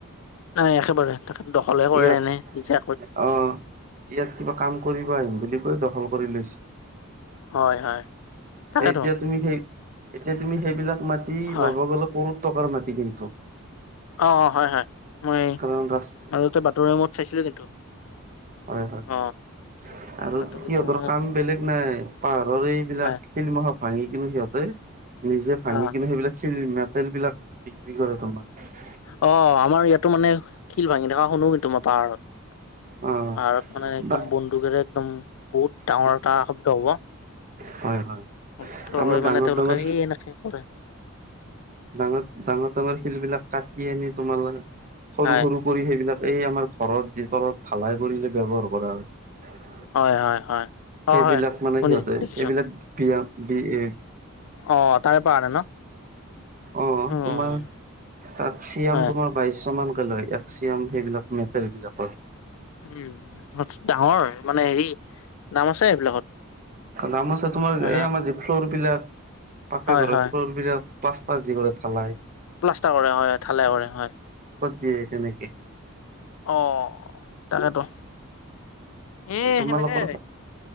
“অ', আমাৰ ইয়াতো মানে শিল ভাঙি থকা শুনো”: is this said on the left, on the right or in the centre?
Left